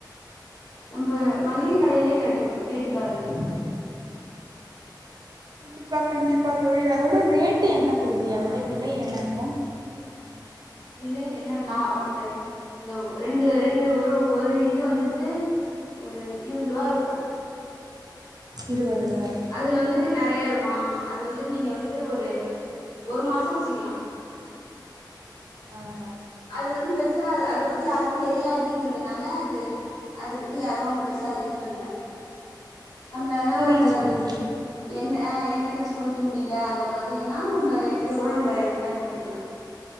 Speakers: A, on the left; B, on the right.
A: நம்ப மல்லிகை கடையிலேயே கெடைக்கு கேட்டு பாருங்க
B: கண்டிப்பா கண்டிப்பா தோழி அதோட ரேட்டு் என்ன தோழி அதோட விலை என்ன இருக்கு
A: வில என்னன்னா ஒரு அந்த ரெண்டு ரெண்டு ஒரு ஒரு இது வந்துட்டு ஒரு இருவது ரூவா இருக்கு
B: இருவது ரூவா
A: அதுல வந்துட்டு நெறைய இருக்கு ஆமா அது வந்துட்டு நீங்க வந்து ஒரு ஒரு மாச வச்சுக்கலா
B: ஆஹ
A: அது வந்து பெருசா அது அத பத்தி யாருக்கு தெரியாதுங்கறதுனால அது அத பத்தி யாரு பெருசா அது இது பண்ல நம்ளலா
B: புரியுது
A: அந்த
B: புரியுது.
A: எண்ணெ ஆ எண்ணெ தேச்சி குளிக்க முடியில அந்த மாதிரினா நம்ம இத கூட நம்ப பயன்படுத்திக்கலா